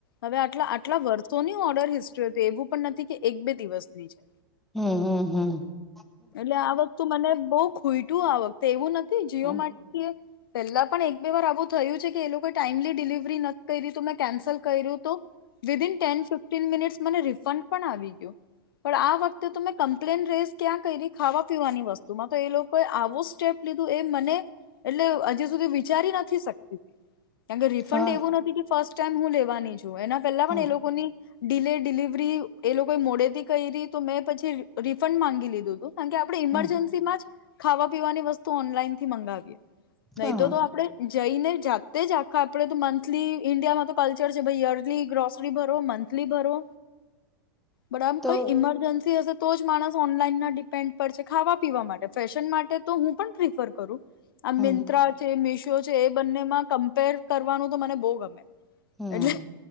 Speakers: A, on the left (about 75°); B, in the centre.
A: હવે આટ આટલા વર્ષોની ઓર્ડર હિસ્ટ્રી હતી એવું પણ નથી કે એક બે દિવસની છે.
B: હમ્મ હમ્મ હમ્મ.
A: એટલે આ વખતું મને બહ ખોઈટું આ વખતે એવું નથી જીઓ
B: હમ
A: માટે થી પેલા પણ એક બે વાર આવું થયું છે કે એ લોકો ટાઈમલી ડિલિવરી નથી કરી દી તું મેં કેન્સલ કર્યું તો વિદન ટેન ફિફ્ટીન મિનિટ્સ મને રિફંડ પણ આવી ગ્યું પણ આ વખતે તો મે કમ્પ્લેન રેજ કયા કયરી ખાવા પીવાની વસ્તુમાં તો એ લોકો આવો સ્ટેપ લીધું એ મને એટલે હજી સુધી વિચારી નથી શકતી. કારમ કે રિફંડ
B: હા
A: એવું નથી કે ફર્સ્ટ ટાઈમ હું લેવાની છું એના પહેલા
B: હમ
A: પણ એ લોકોની ડીલે ડિલિવરી એ લોકો મોડેથી કઈ રહી તો મેં પછી રિફંડ માંગી લીધું. હતું કારણ કે આપણે ઈમરજન્સી
B: હમ
A: માં જ ખાવા પીવાની વસ્તુ ઓનલાઈન થી મંગાવીએ. નહી
B: હા
A: તો તો આપડે જઈને જાતે જ આખા આપણે તો મંથલી ઇન્ડિયામાં તો કલ્ચર છે ભાઈ યરલી ગ્રોસરી ભરો મંથ લી ભરો. બટ આમ
B: તો
A: કઈ ઈમરજન્સી હશે તો જ માણસ ઓનલાઈન ના ડી પેન્ટ પર છે ખાવા પીવા માટે ફેશન માટે તો હું પણ પ્રિફર કરું. આ
B: હમ
A: મિંત્રા છે મીશો છે એ બંનેમાં કમ્પેર કરવાનું તો મને બહુ ગમે.
B: હમ
A: એટલે